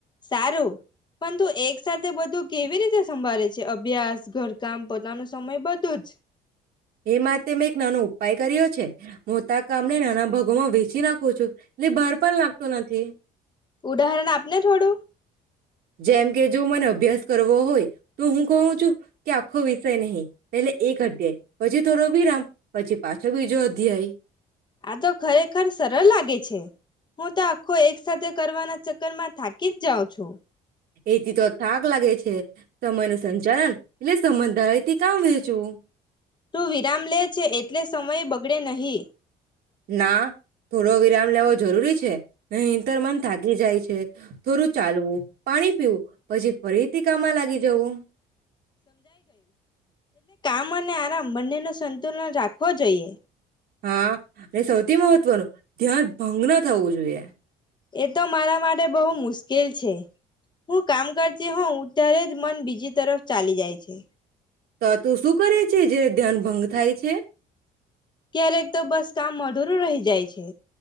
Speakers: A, on the left (about 25°); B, on the right (about 65°).
A: સારું પન તું એક સાથે બધું કેવી રીતે સંભાળે છે, અભ્યાસ, ઘરકામ પોતાનો સમય બધું જ?
B: એ માતે મેં એક નાનો ઉપાય કર્યો છે, મોતા કામને નાના ભાગોમાં વ્હેચી નાખું છું એટલે ભાર પણ લાગતો નથી.
A: ઉદાહરણ <unintelligible>
B: જેમ કે જો મને અભ્યાસ કરવો હોય તો હું કહું છું કે આખો વિષય નહીં. પેલે એક અધ્યાય પછી થોડો વિરામ પછી પાછો બીજો અધ્યાય
A: આ તો ખરેખર સરળ લાગે છે હું તો આખો એક સાથેથે કરવાના ચક્કર માં થાકી જ જાઉં છું.
B: એથી તો થાક લાગે છે સમય ન સંચાલન એટલે સમધારીથી કામ વેચવું.
A: તું વિરામ લે છે એટલે સમય બગડે નહી.
B: ના થોડો વિરામ લેવો જ જરૂરી છે. નહી તર મન થકી જાય છે થોડું ચાલવું પાણી પીવું પછી ફરીથી કામમાં લાગી જવું.
A: આમ અને આરામ બંને ન સંતુલન રાખવો જોઈએ.
B: હા અને સૌથી મહત્વનું ધ્યાન ભંગન થવું જોઈએ.
A: એ તો મારા માટે બહુ મુશ્કેલ છે હું કામ કરતી હોઉ ત્યારે જ મન બીજી તરફ ચાલી જાય છે.
B: તો તું શું કરે છે જે. ધ્યાન ભંગ થાય છે.
A: ક્યારેક તો બસ કામ અધુરું રહી જાય છે.